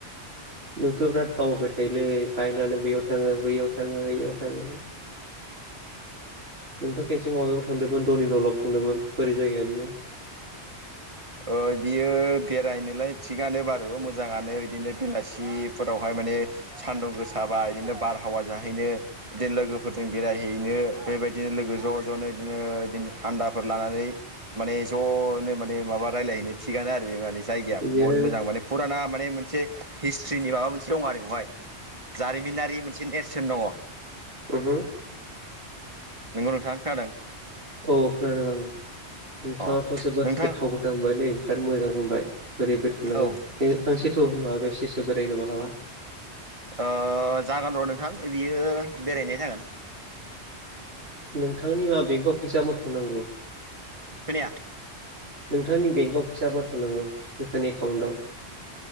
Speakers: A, on the right; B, on the right.
A: नोंथ' बिराद दावबाय थायोलै बाइक लानो बैयाव थाङो बैयाव थाङो बयाव थाङो नोंथ' खेनसे माबायाव थांदोंमोन धनि दलाव थांदोंमोन बोरै जायगाया बियो
B: ओ बियो बेरायनोलाय थिगानो बारु मोजाङानो बिदिनो बेलासिफोरावहाय माने सान्दुं गोसाबा इदिनो बारहावा जाहैनो बिदिनो लोगोफोरजों बेरायहैनो बेबायदिनो लोगो ज' ज'नो इदिनो इदिनो थान्दाफोर लानानै माने ज'नो माने माबा रायलायहैनो थिगानो आरो बे माने जायगाया
A: बियो
B: बहुत मोजां माने फुराना माने मोनसे हिस्ट्रिनि माबा मोनसे दं आरो बेहाय जारिमिनारि मोनसे नेरसोन दङ
A: ओहोम
B: नोंगौ नोंथाङा खोनादों
A: औ खोनादों आङो नोंथाङाथ'
B: अ
A: जोबोद
B: नोंथां
A: गोथाव गोथाव होनबायलै बिराद मोजां होनबाय बोरैबो थांनांगौ
B: औ
A: थांसेथौ माबायावसेसो बेरायनो मालाबा
B: आं जागोन र' नोंथां बियो बेरायनाय जागोन
A: नोंथांनि मा बेंकआव फैसा मोथांनांगौ
B: खोनाया
A: नोंथांनि बेंकआव फैसा माथावनांगौ नोंथांनि एकाउन्टाव